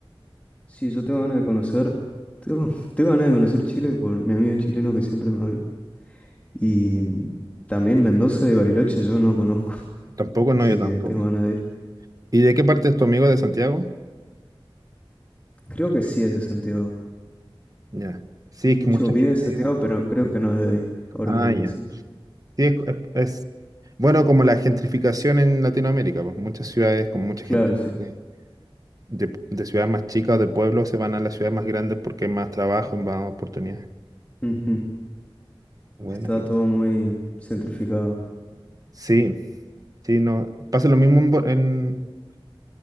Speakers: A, on the left; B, on the right.
A: sí, yo tengo ganas de conocer. Tengo, <laughs> tengo ganas de conocer Chile por mi amigo chileno que siempre me habló. Y mm, también Mendoza y Bariloche yo no conozco, <laughs>
B: Tampoco,
A: así
B: no, yo tampoco.
A: que tengo ganas de ir.
B: ¿Y de qué parte es tu amigo de Santiago?
A: Creo que sí es de Santiago.
B: Ya. Sí, es
A: De
B: que
A: hecho,
B: mucha
A: vive
B: gente
A: en Santiago,
B: vive acá.
A: pero creo que no es de ahí, ahora
B: Ah,
A: que me
B: ya.
A: decís.
B: Sí, es, es- es- bueno, como la gentrificación en Latinoamérica, pues muchas ciudades con mucha
A: Claro,
B: gente
A: sí.
B: de, de- de ciudades más chicas o de pueblos se van a las ciudades más grandes porque hay más trabajo y más oportunidades.
A: Ujú.
B: Bueno,
A: Está
B: qué-
A: todo muy centrificado.
B: Sí, sí, no. Pasa lo mismo en, Bo- en